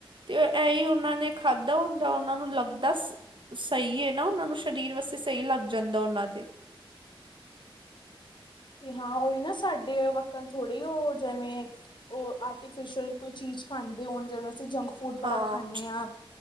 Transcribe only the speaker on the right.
ਤੇ ਇਹੀ ਉਹਨਾਂ ਨੇ ਖਾ ਧ ਹੁੰਦਾ ਉਹਨਾਂ ਨੂੰ ਲੱਗਦਾ ਸਹੀ ਹੈ ਨਾ ਉਹਨਾਂ ਨੂੰ ਸਰੀਰ ਵਾਸਤੇ ਸਹੀ ਲੱਗ ਜਾਂਦਾ ਉਨਾਂ ਦੇ।
ਹਾਂ